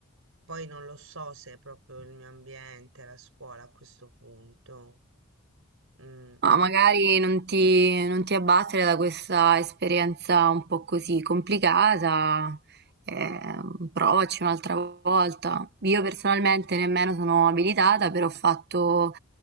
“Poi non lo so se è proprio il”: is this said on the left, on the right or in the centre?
Right